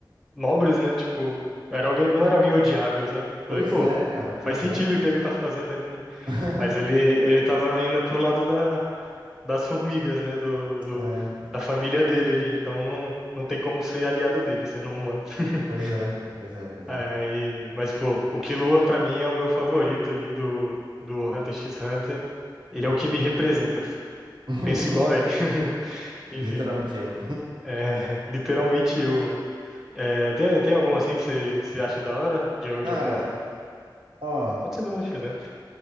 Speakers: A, in the centre; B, on the right.
A: nobres, né? Tipo, era alguém, não era alguém odiável, sabe?
B: Pois
A: Falei, pô,
B: é, cara, pois
A: faz sentido
B: é.
A: o que ele tá fazendo ali, né?
B: <laughs>
A: Mas ele, ele tava indo pro lado da. das formigas, né? Do, do-
B: É,
A: da família dele ali. Então não, não tem como ser aliado dele, sendo um humano. <laughs>
B: pois é, pois é, pois
A: Aí,
B: é.
A: mas, pô, o Killua pra mim é o meu favorito ali do, do Hunter x Hunter. Ele é o que me representa. assim.
B: <laughs>
A: Penso igual a ele. <laughs> Enfim,
B: Literalmente eu.
A: é literalmente eu, mano. É, tem, tem algum assim que você você acha da hora? De,
B: Cara,
A: de alguma.
B: ó,
A: Pode ser do Hunter x Hunter.